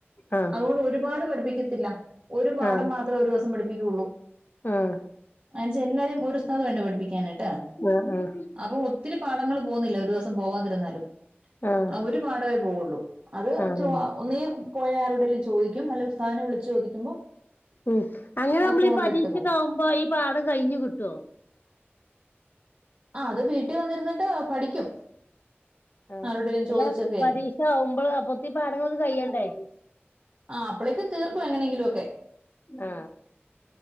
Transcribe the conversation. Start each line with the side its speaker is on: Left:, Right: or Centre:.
Left: ആഹ്
Right: അതുകൊണ്ട് ഒരുപാട് പഠിപ്പിക്കത്തില്ല ഒരു പാഠം
Left: ആഹ്
Right: മാത്രേ ഒരുദിവസം പഠിപ്പിക്കുള്ളൂ
Left: ആഹ്
Right: എന്നേച്ചാ എല്ലാരേം ഒരുസ്ഥാദ് വേണ്ടേ പഠിപ്പിക്കാന് ട്ടാ
Left: ആഹ് ആഹ്
Right: അപ്പൊ ഒത്തിരി പാടങ്ങളും പോകുന്നില്ല ഒരുദിവസം പോവാതിരുന്നാലും
Left: ആഹ്
Right: ഒരു പാടമേ പോവുള്ളൂ അത്
Left: ആഹ്
Right: ചോ ഒന്നീ പോയാരോ ടേലും ചോദിക്കും അല്ലേ ഉസ്താദിനെ വിളിച്ചു ചോദിക്കുമ്പോ
Left: ഉം അങ്ങനെ നമ്മളീ
Right: ഫോണിലിട്ട്
Left: പരീക്ഷയൊക്കാവുമ്പോ
Right: തരും
Left: ഈ പാടം കഴിഞ്ഞു കിട്ടുഓ
Right: ആ അത് വീട്ടി വന്നിരുന്നിട്ട് പഠിക്കും
Left: ആഹ്
Right: ആരോടെലും
Left: അല്ല
Right: ചോദിച്ചൊക്കെ
Left: പരീക്ഷ ആവുമ്പോള് അപ്പൊഴത്തീ പാടങ്ങള്ക്ക് കഴിയണ്ടേ
Right: ആഹ് അപ്പോളേക്കും തീർക്കും എങ്ങനെങ്കിലോക്കെ
Left: ആ